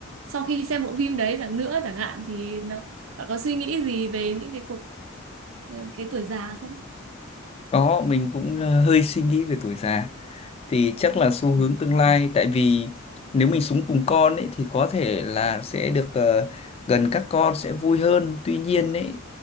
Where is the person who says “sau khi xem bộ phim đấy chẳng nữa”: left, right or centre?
Right